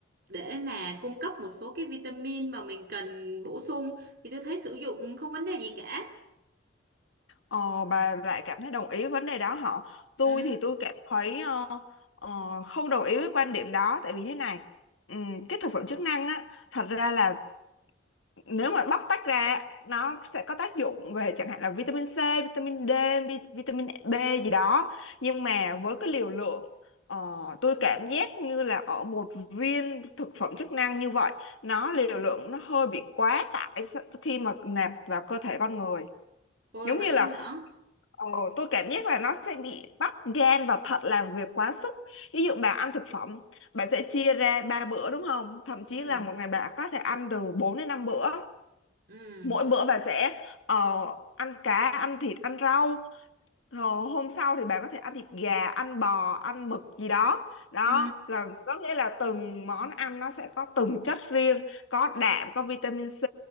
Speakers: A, on the right; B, on the left.
A: để mà cung cấp một số cái vitamin mà mình cần bổ sung thì tôi thấy sử dụng không vấn đề gì cả
B: Ờ, bà lại cảm thấy đồng ý với vấn đề đó hả? Tôi
A: ừ.
B: thì tôi cảm thấy ờ, ờ, không đồng ý với quan điểm đó tại vì thế này, ừm, cái thực phẩm chức năng á thật ra là nếu mà bóc tách ra nó sẽ có tác dụng về chẳng hạn là vitamin C, vitamin D, vi- vitamin B gì đó nhưng mà với cái liều lượng ờ, tôi cảm giác như là ở một viên thực phẩm chức năng như vậy nó liều lượng nó hơi bị quá tải s- khi mà nạp vào cơ thể con người
A: Ôi
B: giống
A: vậy
B: như là
A: hả
B: ờ, tôi cảm giác là nó sẽ bị bắt gan và thận làm việc quá sức ví dụ bà ăn thực phẩm bà sẽ chia ra ba bữa đúng không thậm chí
A: ừ.
B: là một ngày bà có thể ăn từ 4 đến 5 bữa
A: Ừ.
B: mỗi bữa bà sẽ ờ, ăn cá ăn thịt ăn rau Hồ- hôm sau thì bạn có thể ăn thịt gà, ăn bò, ăn mực gì đó. Đó
A: Ừ.
B: là có nghĩa là từng món ăn nó sẽ có từng chất riêng, có đạm, có vitamin C,